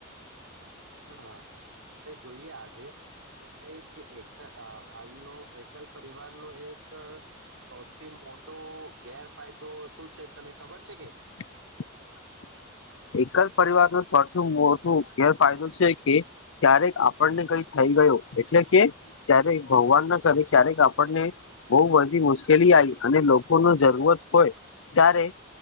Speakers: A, on the right; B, on the left.
A: હા આપડે જોઈએ આજે તો જે એક આ આજનો એ કલ પરિવારનો એક સૌથી મોટો ગેરફાયદો શું છે, તને ખ બર છે કે?
B: <inaudible> એકલ પરિવારન સૌથી મોટો ગેરફાયદો છે, કે ક્યારેક આપણને કઈ થ ય ગયો એટલે કે જ્યારે ભગવાનના કરે ક્યારેક આપણને બોવ બધી મુશ્કેલી આ અને લોકોનો જરૂરત હોય ત્યારે